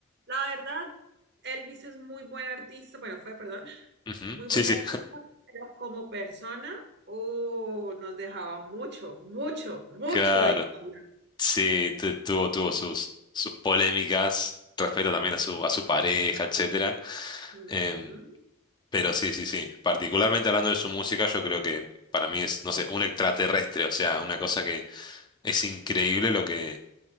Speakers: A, on the right; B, on the left.
A: La verdad, Elvis es muy buen artista, bueno, fue, perdón,
B: Ujú,
A: muy buen
B: Sí, sí.
A: artista, pero como persona, oh, nos dejaba mucho, mucho, mucho
B: Claro,
A: de qué hablar.
B: sí, tu- tuvo, tuvo sus, sus polémicas respecto también a su, a su pareja, etcétera.
A: Mm,
B: Em, pero sí, sí, sí. Particularmente hablando de su música, yo creo que para mí es, no sé, un extraterrestre, o sea, una cosa Es increíble lo que,